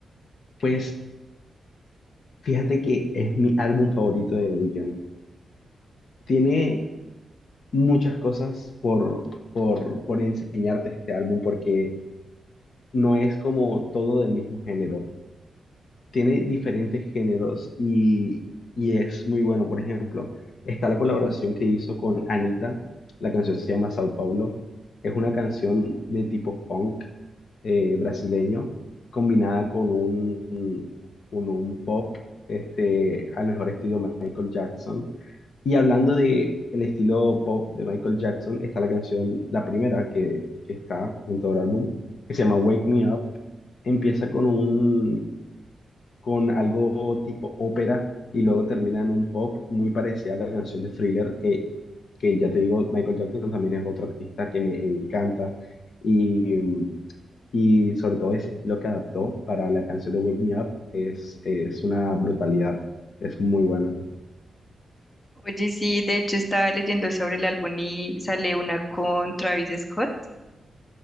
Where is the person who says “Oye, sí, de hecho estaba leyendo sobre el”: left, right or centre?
Left